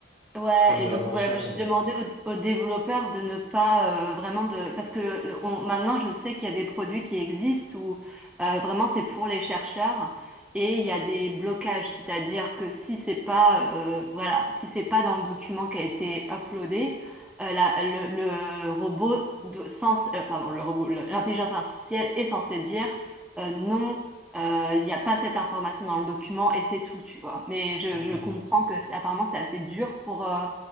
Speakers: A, in the centre; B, on the right.
A: Ouais,
B: problème
A: et
B: de
A: donc
B: l'invention.
A: ouais, moi, j'ai demandé aux, aux développeurs de ne pas euh, vraiment de parce que euh, on, maintenant je sais qu'il y a des produits qui existent où euh, vraiment c'est pour les chercheurs et il y a des blocages, c'est-à-dire que si c'est pas euh, voilà, si c'est pas dans le document qui a été uploadé, euh, la- le, le robot do- sans euh, pardon, le robot, le- l'intelligence artificielle est censée dire euh, non euh, Il n'y a pas cette information dans le document et c'est tout, tu vois. Mais je,
B: euh.
A: je comprends
B: Hmm.
A: que c'est- apparemment c'est assez dur pour euh,